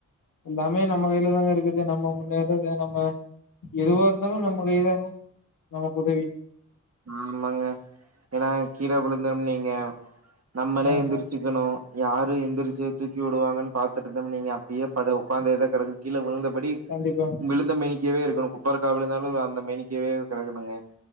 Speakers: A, on the left; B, on the right.
A: எல்லாமே நம்ம கையில தாங்க இருக்குது நம்ம முன்னேறது நம்ம எதுவா இருந்தாலு நம்ம கைதாங்க நமக்கு உதவி
B: ஆமாங்க ஏனா கீழ விழுந்தோம்னா வைங்க நம்மளே
A: ஆமா
B: எழுந்துச்சு க்குனு யாரு எந்திரிச்சு தூக்கி விடுவாங்கன்னு பாத்துட் இருந்தோ வைங்க நீங்க அப்படியே படு உக்காந்தே கெடக் கீழ உளுந்தபடி
A: கண்டிப்பா
B: விழுந்த மேனிக்கவே இருக்குணு குப்பறக்க விழுந்தாலு அந்த மேனிக்கவே கெடக்கணுங்க